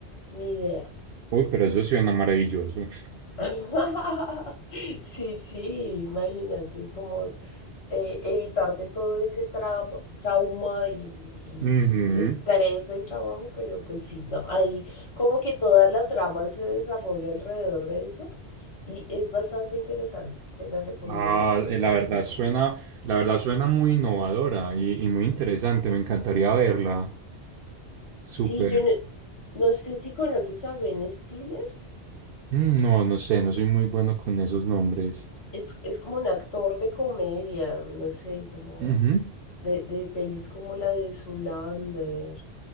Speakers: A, on the left (about 70°); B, on the right (about 65°).
A: ni idea.
B: Uy, pero eso suena maravilloso. <laughs>
A: <laughs> Sí, sí, imagínate como eh, evitarte todo ese trauma, trauma y,
B: Ujú.
A: y- y estrés del trabajo, pero pues sí, no, ahí como que toda la trama se desarrolla alrededor de eso y es bastante interesante, te la recomiendo
B: Ah,
A: si la
B: eh,
A: puedes
B: la verdad
A: ver.
B: suena, la verdad suena muy innovadora y, y muy interesante. Me encantaría verla. Súper.
A: Sí, yo no, no sé si conoces a Ben Stiller,
B: Mm, No, no sé, no soy muy bueno con esos nombres.
A: es, es como un actor de comedia, no sé, como
B: Ujú.
A: de, de pelis como la de Zoolander.